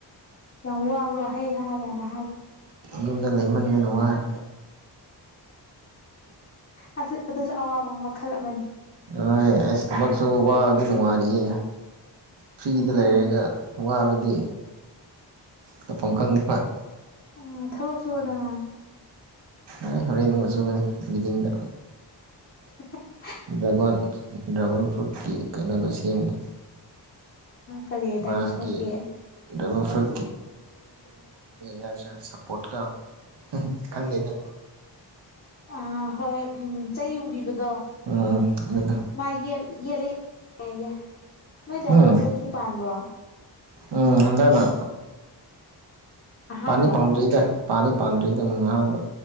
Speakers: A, on the left; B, on the right.
A: ꯌꯥꯝ ꯋꯥꯕꯔꯣ ꯍꯩ ꯍꯥꯏꯔꯅ
B: ꯌꯨꯝꯗ ꯂꯩꯃꯟꯕ ꯅꯨꯡꯉꯥꯏ
A: ꯑ ꯑꯗꯨꯁꯨ ꯑꯋꯥꯕ ꯑꯃ ꯃꯈꯜꯂ
B: ꯑ ꯑꯁꯇꯃꯁꯨ ꯋꯥꯗꯤ ꯅꯨꯅꯨꯡ ꯃꯥꯔꯤꯌꯦ ꯐ꯭ꯔꯤꯗ
A: ꯎꯝ
B: ꯂꯩꯔꯒ ꯋꯥꯕꯗꯤ ꯇꯥꯛꯐꯝ ꯈꯪꯅꯤ ꯋꯥ
A: ꯎꯝ ꯊꯕꯛ ꯁꯨꯕꯗꯅ
B: ꯍꯣꯔꯦꯟ ꯑꯗꯨꯅꯨꯡꯉꯆꯨꯒꯅꯤ ꯤꯗꯤꯡꯗ
A: <unintelligible>
B: ꯗ꯭ꯔꯒꯣꯟ ꯗ꯭ꯔꯥꯒꯣꯟ ꯐ꯭ꯔꯨꯠꯀꯤ ꯀꯩꯅꯣꯗꯣ ꯁꯦꯝꯒꯦ
A: ꯀꯔꯤ ꯗꯥꯏꯒꯔ
B: ꯃꯥꯒꯤ
A: ꯍꯨꯠꯀꯤ
B: ꯗꯃ ꯐ꯭ꯔꯨ ꯀꯁ ꯁꯄꯣꯔꯠꯀ ꯎꯝ ꯈꯪꯗꯦꯗꯥ
A: ꯑ ꯍꯣꯏ ꯎꯝ ꯆꯩ ꯌꯨꯡꯕꯤꯕꯗꯣ
B: ꯎꯝ ꯑꯗꯨꯗ
A: ꯃꯥ ꯌꯦꯠ ꯌꯦꯠꯂꯒ ꯌꯥ ꯅꯣꯏ ꯗ꯭ꯔꯥꯒꯣꯟ
B: ꯎꯝ
A: ꯐ꯭ꯔꯨꯠꯁꯨ ꯄꯥꯟꯕ꯭ꯔꯣ
B: ꯎꯝ ꯍꯟꯗꯛꯅꯥ
A: ꯑꯍꯥꯟꯕ
B: ꯄꯥꯟꯗꯤ ꯄꯟꯗꯔ꯭ꯤꯗ ꯄꯥꯗꯤ ꯄꯥꯟꯗ꯭ꯔꯤꯗꯪ ꯑꯍꯥꯟꯕ